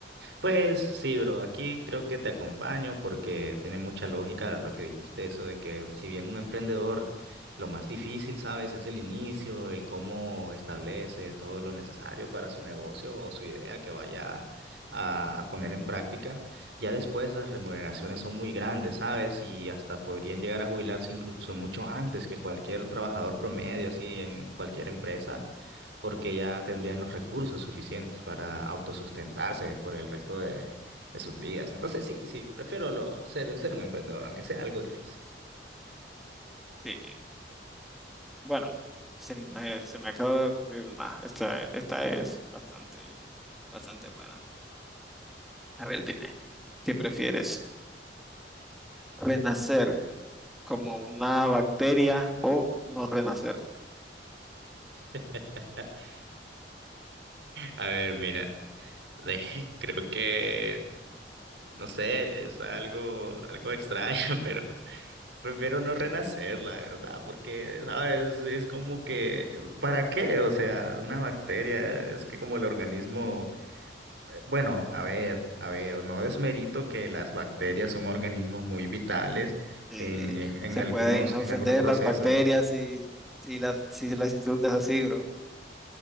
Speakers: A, on the right; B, in the centre.
A: Pues sí, bro, aquí creo que te acompaño porque tiene mucha lógica lo que dijiste, eso de que si bien un emprendedor lo más difícil, ¿sabes? Es el inicio, el cómo establece todo lo necesario para su negocio o su idea que vaya a, a poner en práctica. Ya después las remuneraciones son muy grandes, ¿sabes? Y hasta podrían llegar a jubilarse incluso mucho antes que cualquier trabajador promedio, así en cualquier empresa porque ya tendrían los recursos suficientes para autosustentarse por el resto de, de sus vidas. Entonces, sí, sí, prefiero lo, ser, ser un emprendedor, aunque sea algo difícil.
B: Sí, bueno, se me, se me acaba de ocurrir una, esta, esta es bastante, bastante buena. A ver, dime, ¿qué prefieres? ¿Renacer como una bacteria o no renacer?
A: <laughs> A ver, mira, de- <laughs> creo que, no sé, está algo, algo extraño, <laughs> pero prefiero no renacer, la verdad, porque, ¿sabes? Es como que, ¿para qué? O sea, una bacteria, es que como el organismo... eh, Bueno, a ver, a ver, no desmerito que las bacterias son organismos muy vitales
B: eh,
A: en, en, en
B: se
A: algunos,
B: pueden ofender
A: en algunos procesos.
B: las bacterias si, si las, si las insultas así, bro.